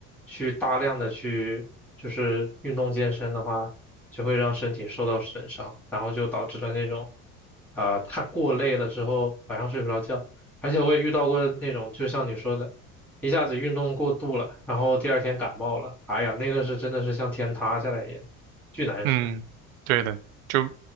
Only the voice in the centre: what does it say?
去大量的去就是运动健身的话，就会让身体受到损伤，然后就导致了那种，啊、太过累了之后晚上睡不着觉，而且我也遇到过那种，就像你说的，一下子运动过度了，然后第二天感冒了，哎呀，那个是真的是像天塌下来一样，巨难受。